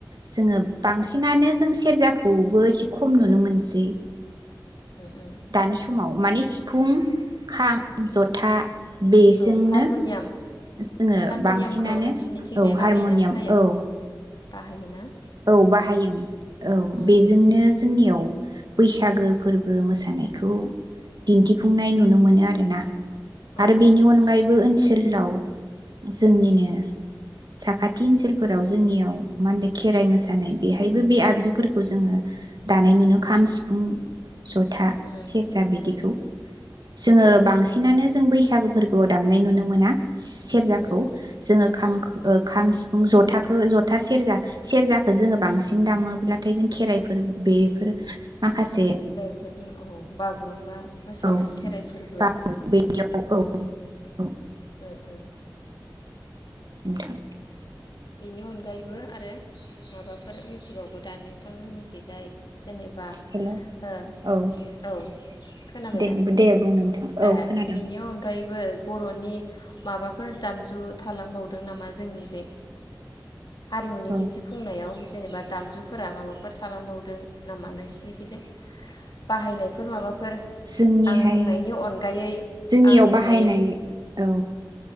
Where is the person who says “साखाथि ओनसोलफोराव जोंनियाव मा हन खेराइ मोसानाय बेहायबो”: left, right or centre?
Right